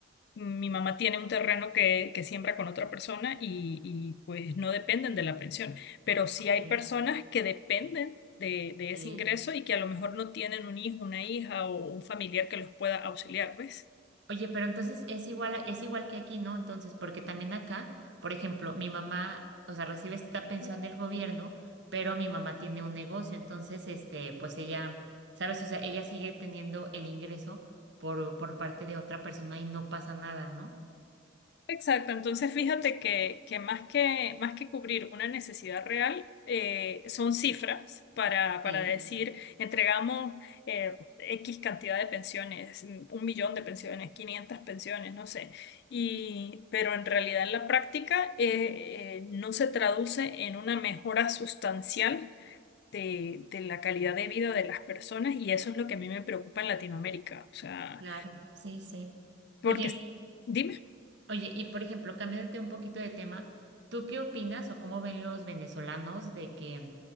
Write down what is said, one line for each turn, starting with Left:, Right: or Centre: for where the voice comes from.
Left: mi mamá tiene un terreno que, que siembra con otra persona y, y, pues no dependen de la pensión, pero sí
Right: Ok.
Left: hay personas que dependen de, de
Right: Ok.
Left: ese ingreso y que a lo mejor no tienen un hijo, una hija o un familiar que los pueda auxiliar, ¿ves?
Right: Oye, pero entonces es igual, a- es igual que aquí, ¿no? Entonces, porque también acá, por ejemplo, mi mamá, o sea, recibe esta pensión del gobierno, pero mi mamá tiene un negocio, entonces, este, pues ella, ¿sabes? O sea, ella sigue teniendo el ingreso por, por parte de otra persona y no pasa nada, ¿no?
Left: Exacto, entonces fíjate que, que más que, más que cubrir una necesidad real, eh, son cifras para, para
Right: Sí.
Left: decir, entregamos eh, X cantidad de pensiones, mm, un millón de pensiones, 500 pensiones, no sé. Y, pero en realidad en la práctica eh, eh, no se traduce en una mejora sustancial de, de la calidad de vida de las personas y eso es lo que a mí me preocupa en Latinoamérica. O sea,
Right: Claro, sí, sí.
Left: porque,
Right: Oye,
Left: dime.
Right: Oye, y por ejemplo, cambiándote un poquito de tema, ¿tú qué opinas o cómo ven los venezolanos de que,